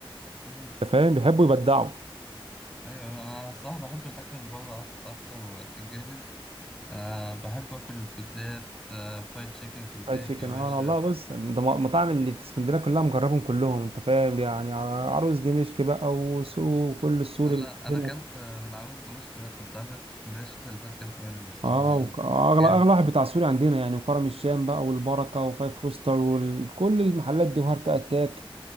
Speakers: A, in the centre; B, on the right.
A: امم
B: انت فاهم بيحبوا يبدعوا
A: ايوه انا صح بحب الاكل اللي بره أك- اكتر والاكل الجاهز أه بحب آكل البيتزات أه فرايد تشيكن كنتاكي
B: فرايد تشيكن
A: يا باشا
B: اه والله بص ده م- مطاعم اللي في اسكندريه كلها مجربهم كلهم انت فاهم يعني ع- عروس دمشق بقى وسوق كل السوري
A: لا
B: اللي
A: أنا
B: عندنا
A: أكلت آه، من عاوز دمشق ده كنت عندك في اسكندرية الشتا اللي فات أكلت منه الصراحة
B: اه وك- اغلى
A: جامد
B: اغلى واحد بتاع سوري عندنا يعني وكرم الشام بقى والبركه وفايف روستر وكل المحلات دي وهارت اتاك